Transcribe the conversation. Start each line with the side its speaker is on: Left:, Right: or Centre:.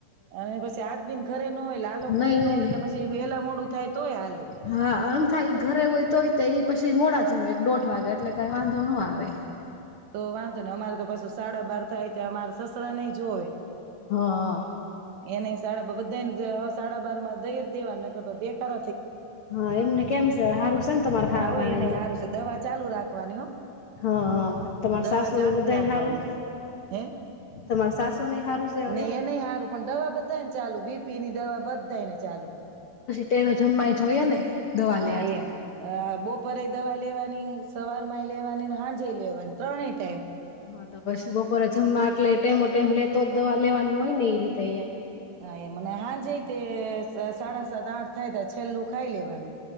Right: અને પછી હાથબીન કરે ન હોય લાલ કરે
Left: નઈ
Right: ન
Left: નઈ
Right: હોય એટલે પછી વહેલા મોડું થાય તોય હાલે
Left: હા આમ થાય ઘરે હોય તોય તે પછી મોડા જમે એક દોઢ વાગે એટલે કઈ વાંધો ન આવે.
Right: તો વાંધો ને અમારે તો પાછું સાઢા બાર થાય ત અમારે સસરા નેય જોવે.
Left: હા
Right: એને સાઢા બાર બધાને સાઢા બાર માં દેવાના તો દે કર
Left: હા એમને કેમ છે હારું છે ને તમાર
Right: હા
Left: હાર
Right: હોય
Left: ને
Right: એને સારું છે દવા <unintelligible>
Left: હા. તમાર
Right: દવા
Left: સાસુ
Right: ચાલુ
Left: ને બધાને
Right: જ રાખવાની
Left: હારું
Right: હે એ
Left: તમાર સાસુ ને હારું છે હવે
Right: નહ એને હારું પણ દવા બધા ચાલુ બીપી ની દવા બધાાય ને ચાલુ.
Left: તેમે જમા જોયા ને દવા
Right: હા
Left: લે એટલે
Right: એમ અ બો બપોરે એ દવા લેવાની સવારમા ય લેવાની ને હાજય લેવાની ત્રણેય ટાઈમ
Left: હા તો પછી બપોરે જમવા એટલે ટેમોટેમ લેતો જ દવા લેવાની હોય ને એ રીતે
Right: હા એ મને હાજે તે સાડા સાત આઠ થાય ત છેલ્લું ખાઈ લેવાનું.